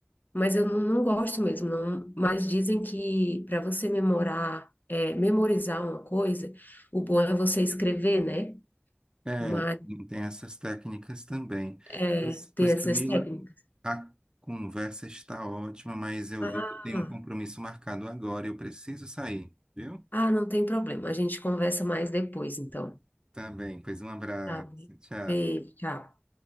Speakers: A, on the left; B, on the right.
A: mas eu não, não gosto mesmo. Não, mas dizem que para você memorar, é, memorizar uma coisa, o bom é você escrever, né?
B: É,
A: Mas
B: tem essas técnicas também.
A: é,
B: Pois,
A: tem
B: pois,
A: essas
B: Camila,
A: técnicas.
B: a conversa está ótima, mas eu
A: Ah.
B: vi que eu tenho um compromisso marcado agora e eu preciso sair, viu?
A: Ah, não tem problema. A gente conversa mais depois, então.
B: Tá bem, pois um abraço.
A: Tá bem.
B: Tchau.
A: Beijo, tchau.